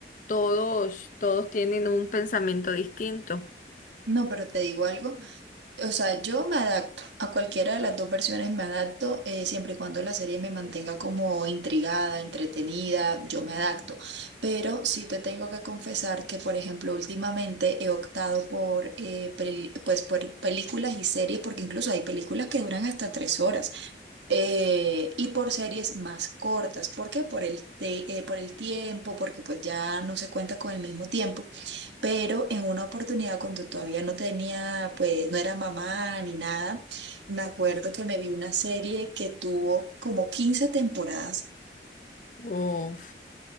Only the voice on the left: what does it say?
todos, todos tienen un pensamiento distinto.
Uf.